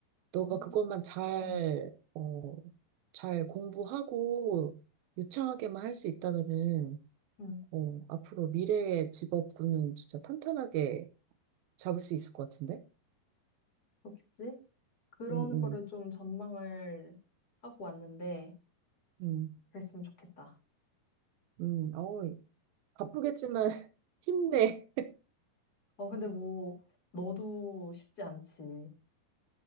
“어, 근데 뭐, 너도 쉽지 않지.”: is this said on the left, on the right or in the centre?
Left